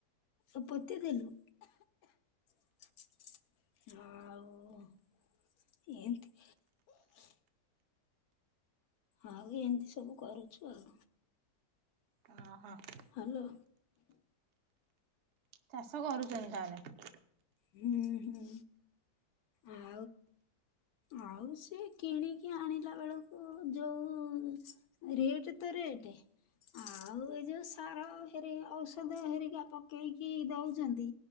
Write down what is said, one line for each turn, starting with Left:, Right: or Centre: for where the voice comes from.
Left: ଏ ପୋତିଥିଲୁ। ଆଉ ଏଁତି ଆଉ ଏମତି ସବୁ କରୁଛୁ ଆଉ।
Right: ଅହୋ।
Left: ହାଲୋ।
Right: ଚାଷ କରୁଚନ୍ତି ତାହେଲେ?
Left: ହୁଁ ହୁଁ ଆ ଆଉ ସିଏ କିଣିକି ଆଣିଲା ବେଳକୁ ଯୋଉ ରେଟ୍ ତ ରେଟ୍ ଆଉ ଏ ଯୋଉ ସାର ହେରି ଔଷଧ ହେରିକା ପକେଇକି ଦଉଚନ୍ତି।